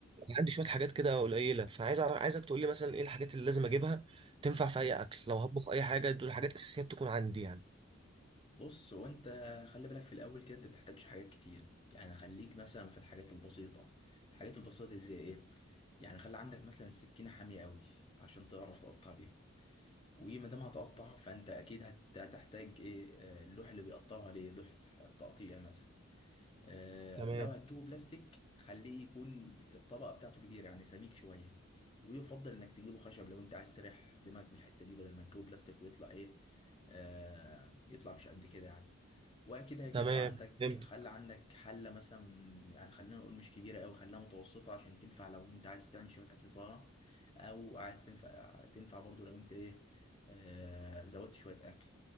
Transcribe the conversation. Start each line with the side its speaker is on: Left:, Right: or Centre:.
Right: عندي شويه حاجات كده قليله فعايز أعرف- عايزك تقول لي مثلا ايه الحاجات اللي لازم اجيبها تنفع
Left: مم.
Right: في اي اكل لو هطبخ اي حاجه دول حاجات اساسيات تكون عندي يعني
Left: بص هو انت خلي بالك في الاول كده انت بتحتاجش حاجات كتير يعني خليك مثلا في الحاجات البسيطة الحاجات البسيطة دي زي ايه يعني خلي عندك مثلا سكينة حامية قوي عشان تعرف تقطع بيها وايه ما دام هتقطع فانت اكيد هت- هتحتاج ايه آه، اللوح اللي بيقطعوا عليه لوح تقطيع مثلا آه،
Right: تمام
Left: لو هتجيبه بلاستيك خليه يكون الطبقه بتاعته كبيره يعني سميك شويه ويفضل انك تجيبه خشب لو انت عايز تريح دماغك من الحته دي بدل ما تجيبه بلاستيك ويطلع ايه آه، يطلع مش قد كده يعني واكيد هيبقى
Right: تمام
Left: عندك
Right: فهمت
Left: خلى عندك حله مثلا يعني خلينا نقول مش كبيره قوي خليها متوسطه عشان تنفع لو انت عايز تعمل شويه اكل صغيره او عايز تنفع تنفع برضو لو انت ايه آه زودت شويه اكل